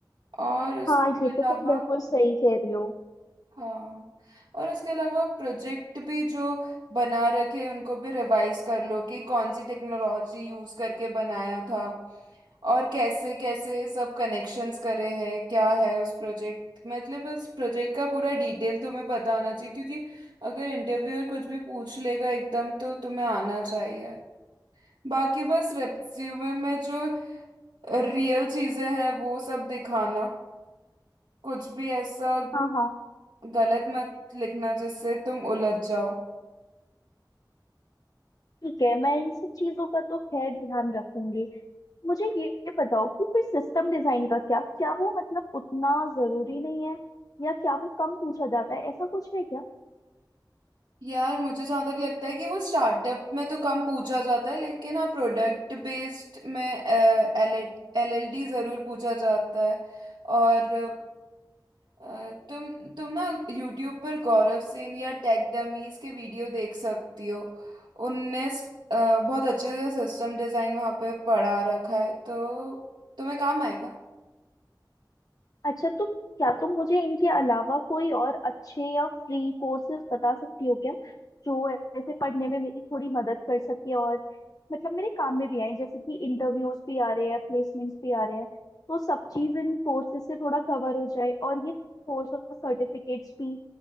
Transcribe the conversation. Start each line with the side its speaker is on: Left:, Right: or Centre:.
Right: और उसके
Left: हाँ ये
Right: अलावा
Left: तो तुम बिल्कुल सही कह रही हो
Right: हाँ और इसके अलावा प्रोजेक्ट भी जो बना रखे उनको भी रिवाइज कर लो कि कौन सी टेक्नोलॉजी यूज करके बनाया था और कैसे कैसे सब कनेक्शंस करे हैं क्या है उस प्रोजेक्ट मतलब उस प्रोजेक्ट का पूरा डिटेल तुम्हें पता होना चाहिए क्योंकि अगर इंटरव्यूअर कुछ भी पूछ लेगा एकदम तो तुम्हें आना चाहिए बाकी बस रेज्यूमे में जो रियल चीजें हैं वो सब दिखाना कुछ भी ऐसा
Left: हाँ हाँ
Right: गलत मत लिखना जिससे तुम उलझ जाओ
Left: ठीक है मैं इन सब चीजों का तो खैर ध्यान रखूंगी मुझे ये ये बताओ कि फिर सिस्टम डिजाइन का क्या क्या वो मतलब उतना जरूरी नहीं है या क्या वो कम पूछा जाता है ऐसा कुछ है क्या
Right: यार मुझे जहाँ तक लगता है कि वो स्टार्टअप में तो कम पूछा जाता है लेकिन हाँ प्रोडक्ट बेस्ड में एल एल एल डी जरूर पूछा जाता है और अ, तुम तुम ना यूट्यूब पर गौरव सेन या टेक डमीज के वीडियो देख सकती हो उनने स- अ, बहुत अच्छे से सिस्टम डिजाइन वहाँ पे पढ़ा रखा है तो तुम्हें काम आएगा
Left: अच्छा तो क्या तुम मुझे इनके अलावा कोई और अच्छे या फ्री कोर्सेज बता सकती हो क्या जो ऐसे पढ़ने में मेरी थोड़ी मदद कर सके और मतलब मेरे काम में भी आए जैसे कि इंटरव्यूज भी आ रहे हैं प्लेसमेंट्स भी आ रहे हैं तो सब चीज इन कोर्सेज से थोड़ा कवर हो जाए और ये कोर्स और सर्टिफिकेट्स भी